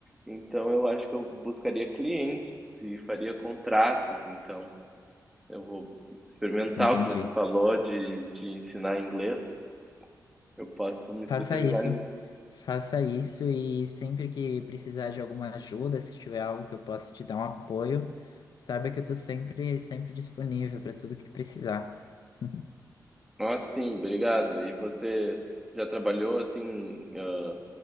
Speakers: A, in the centre; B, on the left.
A: Então eu acho que eu buscaria clientes e faria contratos, então eu vou experimentar
B: entendi.
A: o que você falou de, de ensinar inglês. Eu posso me especializar
B: Faça isso.
A: nisso.
B: Faça isso e sempre que precisar de alguma ajuda, se tiver algo que eu possa te dar um apoio, saiba que eu estou sempre, sempre disponível para tudo que precisar. <laughs>
A: Ah, sim, obrigado. E você já trabalhou assim, ah,